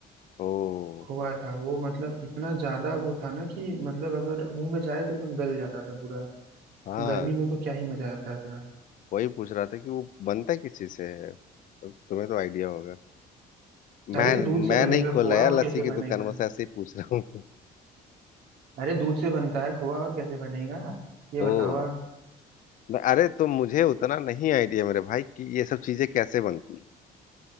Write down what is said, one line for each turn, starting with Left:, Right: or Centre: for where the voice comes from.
Left: ओ
Right: खोआ था वो मतलब इतना ज्यादा वो था ना कि मतलब अगर मुंह में जाए तो एकदम गल जाता था पूरा
Left: हाँ
Right: गर्मी में तो क्या ही मजा आता था
Left: वही पूछ रहा था कि वो बनता किस चीज से है तो तुम्हें तो आइडिया होगा
Right: अरे
Left: मैं
Right: दूध
Left: मैं
Right: से बनेगा
Left: नहीं खोला
Right: खोआ
Left: यार
Right: और
Left: लस्सी
Right: कैसे
Left: की
Right: बनेगा
Left: दुकान बस ऐसे ही पूछ रहा हूँ
Right: अरे दूध से बनता है खोआ और कैसे बनेगा ये
Left: <laughs>
Right: बताओ
Left: ओ
Right: आप
Left: न- अरे तो मुझे उतना नहीं आइडिया मेरे भाई कि ये सब चीजें कैसे बनती हैं।